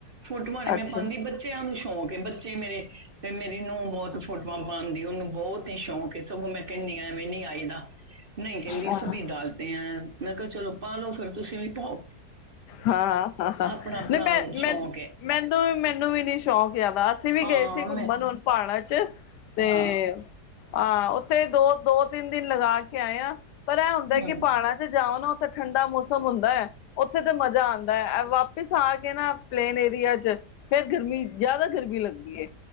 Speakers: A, on the right; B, on the left.
A: ਫੋਟੋਆਂ ਨਹੀਂ
B: ਅੱਛਾ
A: ਮੈਂ ਪਾਉਂਦੀ ਬੱਚਿਆਂ ਨੂੰ ਸ਼ੌਂਕ ਹੈ ਬੱਚੇ ਮੇਰੇ ਤੇ ਮੇਰੀ ਨੂੰਹ ਬਹੁਤ ਫੋਟੋਆਂ ਪਾਂਦੀ ਉਹਨੂੰ ਬਹੁਤ ਸ਼ੌਂਕ ਸਗੋਂ ਮੈਂ ਕਹਿੰਦੀ ਆ ਐਵੇਂ ਨੀ ਆਈਦਾ ਨਹੀਂ ਕਹਿੰਦੀ
B: ਹਾਂ
A: ਸਭੀ ਡਾਲਦੇ ਆ ਮੈਂ ਕਿਹਾ ਚਲੋ ਪਾ ਲਓ ਫਿਰ ਤੁਸੀਂ ਵੀ ਪਾਓ
B: ਹਾਂ ਹਾ ਹਾ
A: ਆਪਣਾ ਆਪਣਾ
B: ਨੀ ਮੈਂ
A: ਸ਼ੌਂਕ ਹੈ
B: ਮੈਨੂੰ ਮੈਨੂੰ ਵੀ ਨਹੀਂ ਸ਼ੌਂਕ ਜਿਆਦਾ ਅਸੀਂ ਵੀ
A: ਹਾਂ
B: ਗਏ ਸੀ ਘੁੰਮਣ
A: ਮੈਂ
B: ਹੁਣ ਭਾਣਾ ਚ ਤੇ
A: ਹਾਂ
B: ਆ ਉੱਥੇ ਦੋ ਦੋ ਤਿੰਨ ਦਿਨ ਲਗਾ ਕੇ ਆਇਆ ਪਰ ਇਹ ਹੁੰਦਾ ਕਿ
A: ਹਮ
B: ਪਹਾੜਾ ਚ ਜਾਓ ਨਾ ਉੱਥੇ ਠੰਡਾ ਮੌਸਮ ਹੁੰਦਾ ਹੈੱ ਉੱਥੇ ਤੇ ਮਜ਼ਾ ਆਉਂਦਾ ਹੈ ਵਾਪਿਸ ਆ ਕੇ ਨਾ ਪਲੇਨ ਏਰੀਆ ਚ ਫੇਿਰ ਗਰਮੀ ਜ਼ਿਆਦਾ ਗਰਮੀ ਲੱਗਦੀ ਹੈ